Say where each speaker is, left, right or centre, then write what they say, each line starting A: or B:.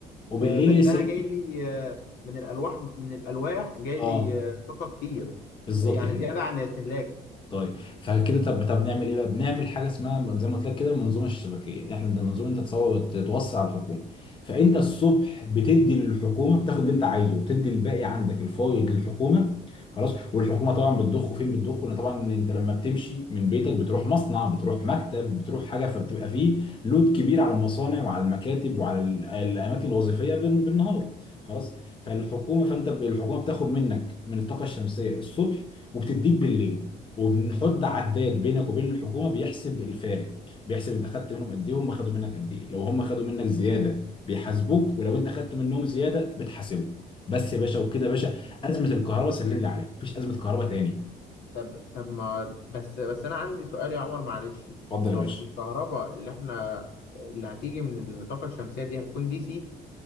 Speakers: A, on the left; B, on the left.
A: وبالليل
B: آه بس
A: الاستهلاك
B: انا جاي
A: كبير
B: لي آه من الالواح من الالواح جاي
A: اه
B: لي آه طاقة كتير
A: بالظبط
B: يعني
A: كده
B: زيادة عن الاستهلاك
A: طيب فكده طب طب نعمل ايه بقى؟ بنعمل حاجه اسمها زي ما قلت لك كده المنظومه الشبكيه دي احنا ده منظومه انت تصور وت- توصي على الحكومه فانت الصبح بتدي للحكومه بتاخد اللي انت عايزه وبتدي الباقي عندك الفايض للحكومه خلاص والحكومه طبعا بتضخه فين بتضخه لأن طبعا انت لما بتمشي من بيتك بتروح مصنع بتروح مكتب بتروح حاجه فبتبقى
B: امم
A: فيه لود كبير على المصانع وعلى المكاتب وعلى ال- الاماكن الوظيفيه بال- بالنهار خلاص فالحكومه فانت الحكومه بتاخد منك من الطاقه الشمسيه الصبح وبتديك بالليل وبنحط
B: امم
A: عداد بينك وبين الحكومه بيحسب الفارق بيحسب انت خدت منهم قد ايه وهم خدوا منك قد ايه لو هم خدوا منك زياده بيحاسبوك ولو انت خدت منهم زياده بتحاسبهم بس يا باشا وكده يا باشا ازمه الكهرباء سلم لي عليها مفيش ازمه كهرباء تاني
B: طب طب ما بس بس انا عندي سؤال يا عمر معلش
A: اتفضل يا
B: هو
A: باشا
B: مش الكهرباء اللي احنا اللي هتيجي من الطاقة الشمسية دي هتكون دي سي